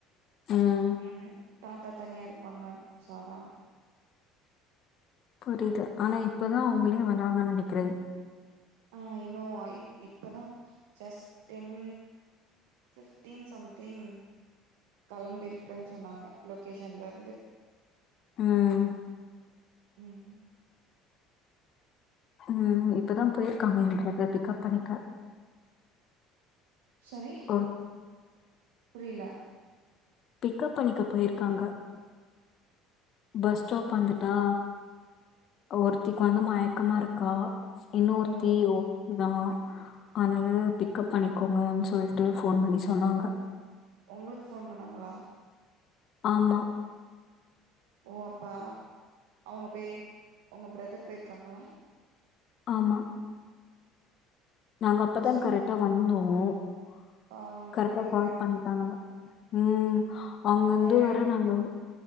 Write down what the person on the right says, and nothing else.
உம் தாத்தா தனியா இருப்பாங்க சோ அதான்
ஆஹ் இன்னும் இப்பதான் ஜஸ்டிப்டன் <unintelligible> சம்திங் கிளம்பிருக்குன்னு சொன்னாங்க லொகேஷன்ல இருந்து
உம்
சரி
புரியல
ஓ
உங்களுக்கு போன் பண்ணாங்களா
ஓ அப்ப அவங்க பேர் உங்க பிரதர் பேயிருக்காங்களா
ச
பாவோ
கொழந்த
டயர்டா